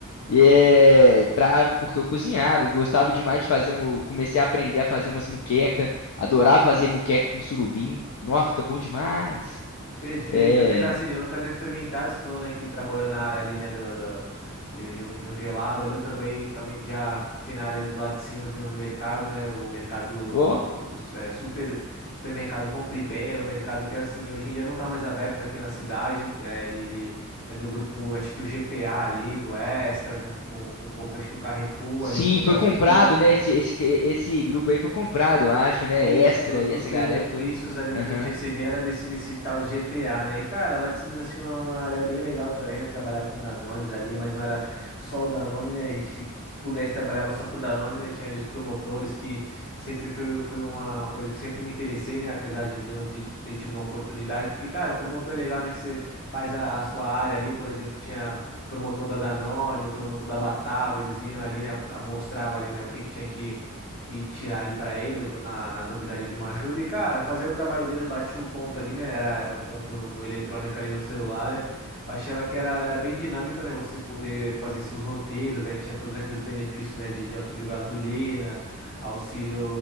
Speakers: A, on the left; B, on the left.
A: E é pra, porque eu cozinhava, eu gostava demais de fazer um. Comecei a aprender a fazer umas muqueca, adorava fazer muqueca com surubim. Nossa, fica bom demais.
B: Perfeito.
A: É.
B: Apesar assim, eu nunca ter experimentado, você falou, né, que trabalhou na área ali, né, do, do- de, de um, de um gelado ali, eu também, também já fiquei na área ali dos laticínios no, no mercado, né, o mercado,
A: Ó.
B: eh, é, super, supermercado Compre Bem, era um mercado que, assim, hoje em dia não tá mais aberto aqui na cidade, né, ele, ele é do grupo, acho que o GPA ali, do Extra, junto com, com um pouco, acho que o Carrefour
A: Sim,
B: ali, o Pão de
A: foi
B: Açúcar,
A: comprado, né? Esse, esse, esse grupo aí foi comprado, eu acho,
B: isso,
A: né? Extra
B: todos
A: e
B: os
A: essa
B: benefícios
A: galera toda.
B: ali
A: Aham.
B: que a gente recebia era desse, desse tal de GPA, né? E, cara, Laticínios assim, foi uma uma área bem legal também, né? Trabalhar com Danones ali, mas não era só o Danone, né? A gente, se pudesse, trabalhava só com o Danone, né? Tinha ali os promotores, que sempre foi, foi uma uma coisa que sempre me interessei, né? Apesar de, de não ter, ter tido uma oportunidade, porque, cara, o promotor é legal, né? Que você faz a, a sua área ali, por exemplo, tinha o promotor da Danone, o promotor da Batava, eles vinham ali, né? Mostrava ali, né? O que que tinha que e tirar ali pra eles na, na dúvida ali de uma ajuda. E, cara, fazer o trabalho deles, bati o ponto ali, né? Era, era um ponto no eletrônico ali no celular, né? Eu achava que era, era bem dinâmico, né? Você poder fazer seus roteiros, aí tinha todos aqueles benefícios, né? De, de auxílio gasolina, auxílio,